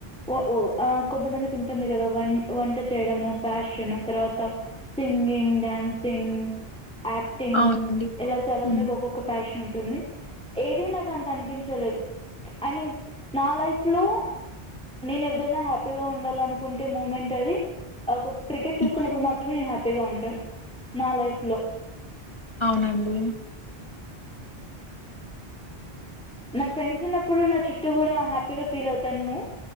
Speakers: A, in the centre; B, on the left.
A: ఓ ఒ ఆ కొంతమందికి ఉంటుంది కదా వన్ వంట చేయడము ప్యాషన్ ఆ తవాత సిం గింగ్ డ్యాన్సింగ్ యాక్టింగ్
B: అవునండి.
A: ఇలా చాలా
B: హ్మ్.
A: మందికి ఒకొక్క ప్యా షన్ ఉంటుంది ఏదిీ నాకు అంత అనిపించలేదు ఐ మీన్ నా లైఫ్ లో నేను ఎదైనా హ్యాపీగా ఉండాలనుకుంటే మూమెంట్ అది ఒక క్రికెట్ చూస్తున్నప్పుడు
B: హ్మ్.
A: మాత్రమే నేను హ్యాపీగా ఉంటాను నా లైఫ్ లో
B: నండి
A: నా ఫ్రెండ్స్ ఉన్నప్పుడు నా చుట్టూ కూడా హ్యాపీగా ఫీల్ అవుతాను